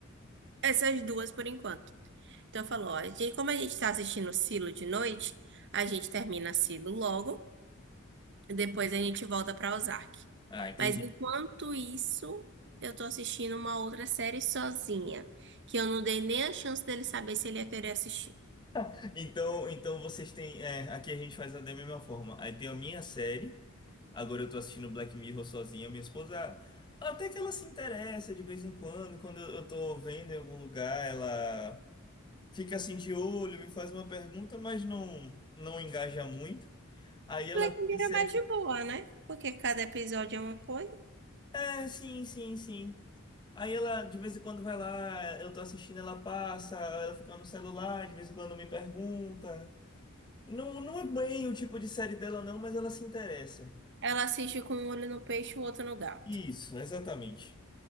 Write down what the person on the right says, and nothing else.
essas duas por enquanto. Então falou, ó, a gente- como a gente tá assistindo Silo de noite, a gente termina Silo logo, e depois a gente volta pra Ozark.
Mas enquanto isso, eu tô assistindo uma outra série sozinha, que eu não dei nem a chance dele saber se ele ia querer assistir.
Black
Mirror
é mais de boa, né? Porque cada episódio é uma coisa.
Ela assiste com um olho no peixe e o outro no gato.